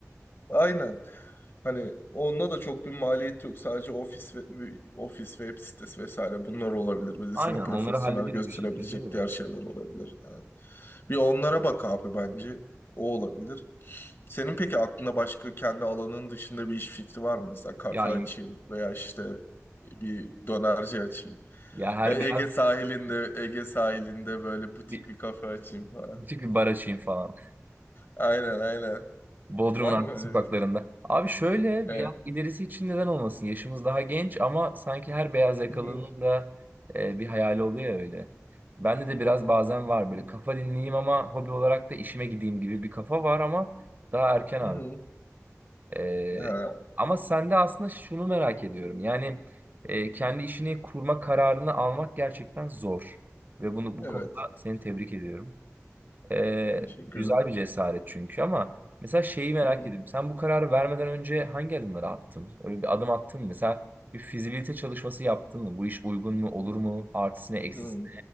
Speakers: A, on the left; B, on the right.
A: Aynen. Hani onda da çok bir maliyet yok. Sadece ofis ve ofis web sitesi vesaire bunlar olabilir. Bir de
B: Aynen
A: seni
B: onları
A: profesyonel
B: hallederiz
A: gösterebilecek
B: bir şekilde de.
A: diğer şeyler olabilir. Ha. Bir onlara bak abi bence. O olabilir. Senin peki aklında başka kendi alanın dışında bir iş fikri var mı? Mesela kafe
B: Ya
A: açayım veya işte e, bir dönerci açayım.
B: ya her
A: Ve
B: beyaz
A: Ege sahilinde Ege sahilinde böyle butik
B: bir
A: bir kafe açayım falan.
B: küçük bir bar açayım falan.
A: Aynen aynen.
B: Bodrum'un
A: Var
B: arka
A: mı öyle
B: sokaklarında.
A: bir fikir?
B: Abi şöyle yani
A: Evet.
B: ilerisi için neden olmasın? Yaşımız daha genç ama sanki her beyaz yakalının
A: Hı
B: da e, bir hayali oluyor ya öyle. Bende de biraz bazen var böyle
A: hı.
B: kafa dinleyeyim ama hobi olarak da işime gideyim gibi bir kafa var ama daha erken abi.
A: Hı hı.
B: E,
A: Ha,
B: ama sende aslında şunu merak ediyorum. Yani e, kendi işini kurma kararını almak gerçekten zor. Ve bunu bu
A: evet.
B: konuda seni tebrik ediyorum. Ee,
A: Teşekkürler.
B: güzel bir cesaret çünkü ama mesela şeyi merak
A: Hı hı.
B: ediyorum. Sen bu kararı vermeden önce hangi adımları attın? Öyle bir adım attın mı? Mesela bir fizibilite çalışması yaptın mı? Bu iş uygun mu? Olur mu? Artısı ne? Eksisi?
A: Hı